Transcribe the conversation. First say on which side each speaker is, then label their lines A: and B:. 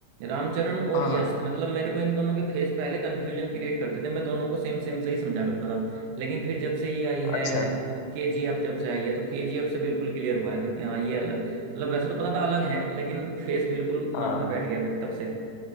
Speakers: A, on the right (about 80°); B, on the left (about 85°).
A: रामचरण और
B: हाँ हाँ
A: यश मतलब मेरे को इन दोनों के फेस पहले कंफ्यूजन क्रिएट करते थे मैं दोनों को सेम सेम से ही समझा करता था लेकिन फिर जब से ये आई है
B: अच्छा
A: केजीएफ जब से आई है तो केजीएफ से बिल्कुल क्लियर हुआ है फिर कि हाँ ये अलग मतलब वैसे तो पता था अलग है लेकिन फेस बिल्कुल मन
B: हाँ
A: में बैठ गया फिर तब से